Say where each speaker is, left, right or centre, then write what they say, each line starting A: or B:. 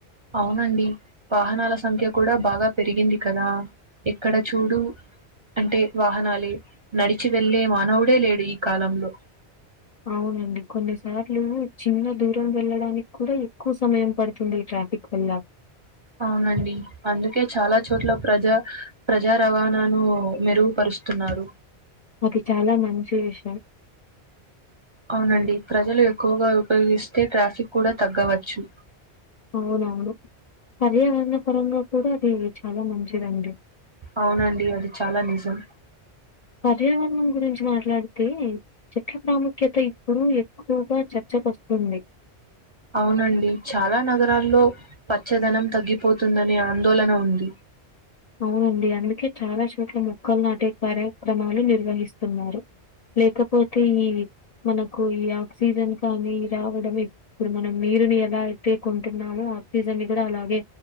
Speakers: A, on the right; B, on the left.
A: అవునండి వాహనాల సంఖ్య కూడా బాగా పెరిగింది కదా ఎక్కడ చూడు అంటే వాహనాలే నడిచి వెళ్లే మానవుడే లేడు ఈ కాలంలో
B: అవునండి కొన్నిసార్లు చిన్న దూరం వెళ్ళడానికి కూడా ఎక్కువ సమయం పడుతుంది ఈ ట్రాఫిక్ వల్ల
A: అవునండి అందుకే చాలా చోట్ల ప్రజా ప్రజా రవాణాను మెరుగుపరుస్తున్నారు.
B: అది చాలా మంచి విషయం
A: అవునండి ప్రజలు ఎక్కువగా ఉపయోగిస్తే ట్రాఫిక్ కూడా తగ్గవచ్చు
B: అవునవును పర్యావరణ పరంగా కూడా అది చాలా మంచిదండి
A: అవునండి అది చాలా నిజం
B: పర్యావరణం గురించి మాట్లాడితే చెట్ల ప్రాముఖ్యత ఇప్పుడు ఎక్కువగా చర్చకు ఒస్తుంది
A: అవునండి చాలా నగరాల్లో పచ్చదనం తగ్గిపోతుందనే ఆందోళన ఉంది
B: అవునండి అందుకే చాలా చోట్ల మొక్కలు నాటే కార్యక్రమాలు నిర్వహిస్తున్నారు. లేకపోతే ఈ మనకు ఈ ఆక్సిజన్ కానీ రావడం ఇ ఇప్పుడు మనం నీరుని ఎలా అయితే కొంటున్నామో ఆక్సీజన్ ని కూడా అలాగే